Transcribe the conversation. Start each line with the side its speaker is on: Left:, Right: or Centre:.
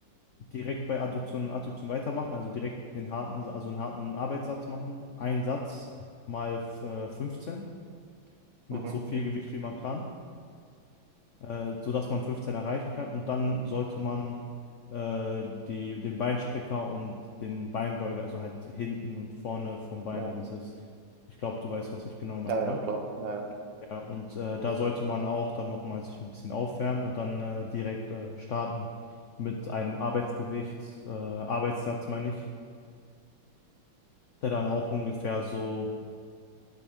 Left: direkt bei Adduktion und Adduktion weitermachen, also direkt den harten, also einen harten Arbeitssatz machen. Ein Satz mal äh, 15 mit
Right: Mhm.
Left: so viel Gewicht wie man kann, äh, sodass man 15 erreichen kann. Und dann sollte man äh, die, den Beinstrecker und den Beinbeuger, also halt hinten und vorne vom Bein,
Right: Ja.
Left: da dieses, ich glaube, du weißt, was ich genau meine,
Right: Ja,
Left: oder?
Right: ja, klar. Ja, ja.
Left: Ja, und äh, da sollte man auch dann nochmal sich ein bisschen aufwärmen und dann äh, direkt äh, starten mit einem Arbeitsgewicht, äh, Arbeitssatz meine ich, der dann auch ungefähr so,